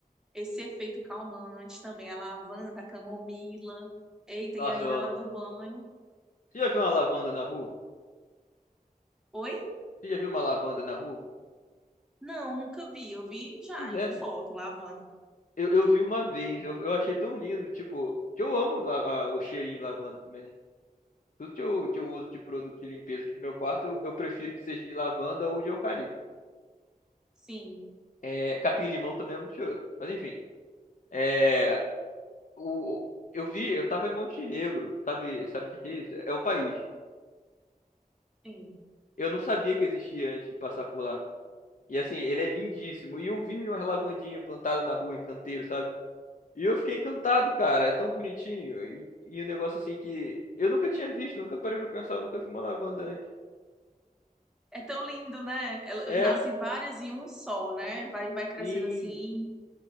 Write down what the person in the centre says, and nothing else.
esse efeito calmante também, a lavanda, a camomila. Eita,
e aí
na
hora do banho?
Oi?
Não, nunca vi. Eu vi já
em
foto lavanda.
Sim,
sim.
É tão lindo, né? Ela
nasce várias em um só, né? Vai, vai crescendo
assim